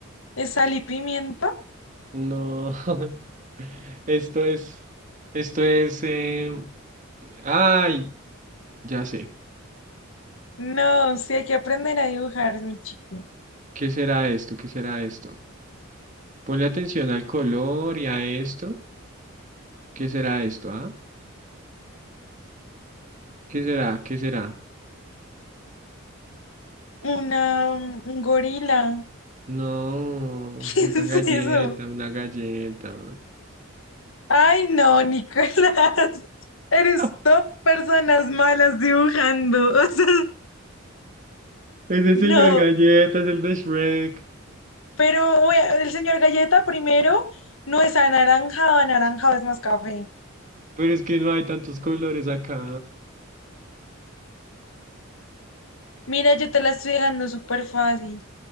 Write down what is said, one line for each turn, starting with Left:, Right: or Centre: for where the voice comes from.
Left: ¿Es sal y pimienta?
Right: No, <laughs> esto es, esto es, eh, ay, ya sé,
Left: No, sí hay que aprender a dibujar, mi chico.
Right: ¿qué será esto? ¿Qué será esto? Ponle atención al color y a esto. ¿Qué será esto, ah? ¿Qué será? ¿Qué será?
Left: Una, mm, un gorila. <laughs>
Right: No,
Left: ¿Qué
Right: una
Left: es
Right: galleta,
Left: eso?
Right: una galleta.
Left: Ay, no, Nicolás, <laughs> eres
Right: <laughs>
Left: top personas malas dibujando. <laughs> O sea,
Right: Ese
Left: no,
Right: señor galleta es el de Shrek,
Left: pero oye, el señor Galleta primero no es anaranjado, anaranjado es más café.
Right: pero es que no hay tantos colores acá.
Left: Mira, yo te la estoy dejando súper fácil.